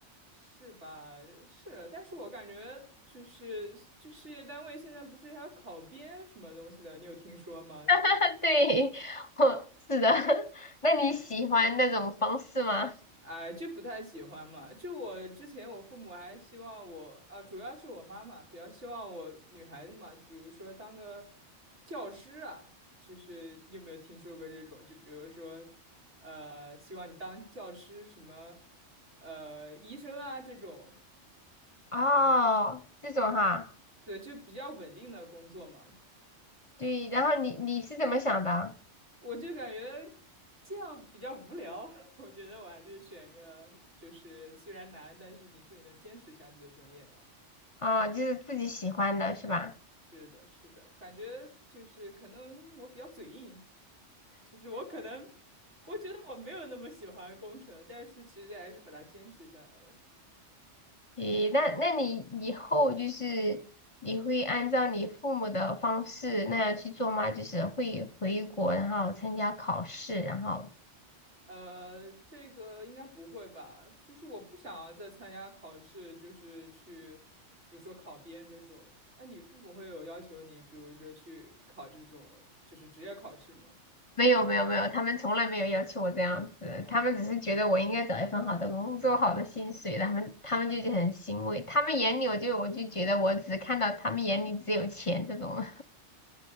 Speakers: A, on the right; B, on the left.
A: 是吧？是，但是我感觉就是就事业单位现在不是还要考编什么东西的，你有听说吗？
B: <laughs> 对，<laughs> 我是的。<laughs> 那你喜欢那种方式吗？
A: 哎，就不太喜欢嘛。就我之前，我父母还希望我，啊，主要是我妈妈比较希望我女孩子嘛，比如说当个教师啊，就是你有没有听说过这种？就比如说，呃，希望你当教师，什么，呃，医生啊这种，
B: 哦，这种哈，
A: 对，就比较稳定的工作嘛。
B: 对。然后你你是怎么想的？
A: 我就感觉这样比较无聊，<laughs> 我觉得我还是选个就是虽然难，但是你自己能坚持下去的专业吧。
B: 啊，就是自己喜欢的是吧？
A: 是的，是的，感觉就是可能我比较嘴硬，<laughs> 就是我可能我觉得我没有那么喜欢工程，但是其实还是把它坚持下来了。
B: 咦，那那你以后就是你会按照你父母的方式那样去做吗？就是会回国，然后参加考试，然后
A: 呃，这个应该不会吧？就是我不想要再参加考试，就是去，比如说考编这种。哎，你父母会有要求你，比如说去考这种就是职业考试吗？
B: 没有没有没有，他们从来没有要求我这样子，他们只是觉得我应该找一份好的工作、好的薪水，他们他们就觉得很欣慰。他们眼里我就我就觉得我只看到他们眼里只有钱这种